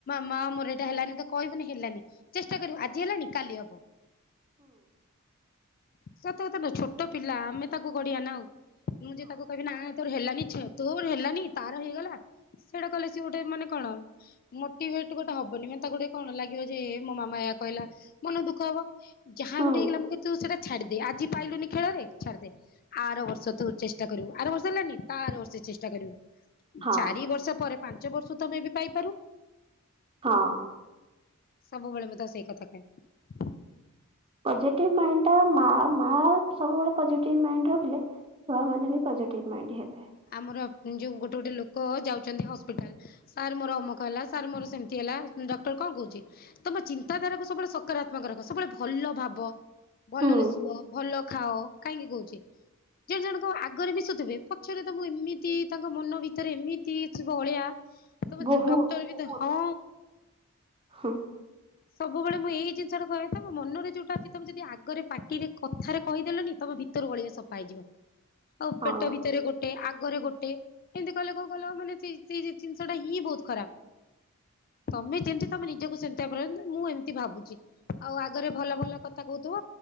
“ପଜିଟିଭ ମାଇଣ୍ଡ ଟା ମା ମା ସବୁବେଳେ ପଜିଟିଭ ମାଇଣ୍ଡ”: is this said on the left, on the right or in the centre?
Right